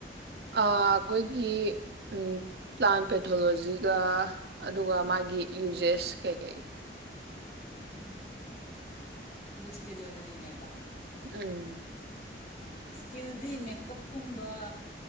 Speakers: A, on the right; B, on the left.
A: ꯑ ꯑꯈꯣꯏꯒꯤ ꯎꯝ ꯄ꯭ꯂꯥꯟ ꯄꯦꯊꯣꯂꯣꯖꯤꯒ ꯑꯗꯨꯒ ꯃꯥꯒꯤ ꯌꯨꯖꯦꯁ ꯀꯩꯀꯩ꯫
B: ꯎꯝ ꯗꯨ ꯁ꯭ꯀꯤꯜ ꯑꯣꯏꯍꯜꯂꯤꯅꯦꯕ꯫
A: ꯎꯝ
B: ꯁ꯭ꯀꯤꯜꯗꯤ ꯃꯦꯀꯞꯀꯨꯝꯕ